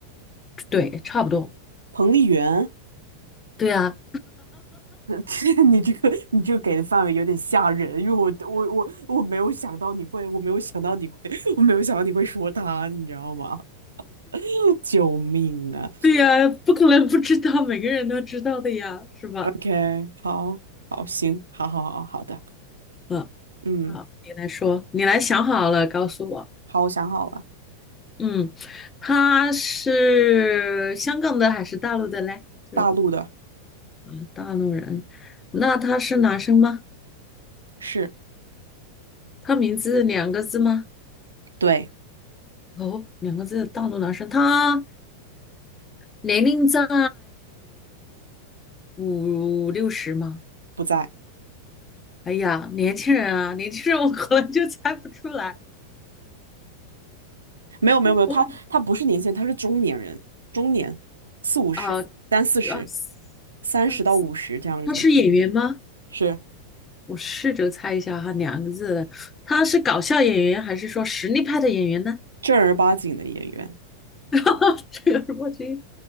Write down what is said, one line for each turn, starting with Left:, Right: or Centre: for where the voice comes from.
Left: 对，差不多。
Right: 彭丽媛？
Left: 对呀，
Right: <laughs> 你这个你这个给的范围有点吓人，因为我我我我没有想到你会，我没有想到你会，<laughs> 我没有想到你会说他，你知道吗？<laughs> 救命啊
Left: 对呀，不可能不知道，每个人都知道的呀，是吧？
Right: ！OK，好，好，行，好好好好的，
Left: 嗯，
Right: 嗯，
Left: 好，你来说，你来想好了告诉我。
Right: 好，我想好了，
Left: 嗯，他是香港的还是大陆的嘞？就是
Right: 大陆的
Left: 啊，大陆人。那他是男生吗？
Right: 是，
Left: 他名字两个字吗？
Right: 对，
Left: 哦，两个字，大陆男生。他年龄在五六十吗？
Right: 不在，
Left: 哎呀，年轻人啊，<laughs> 年轻人我可能就猜不出来。
Right: 没有没有没有，
Left: 我
Right: 他他不是年轻人，他是中年人，中年，四五十，
Left: 啊，
Right: 三四十，
Left: 二四二四
Right: 三十到五十这样子，
Left: 他是演员吗？
Right: 是
Left: 我试着猜一下哈，两个字的，他是搞笑演员还是说实力派的演员呢？
Right: 正儿八经的演员，
Left: <laughs> 这个我觉得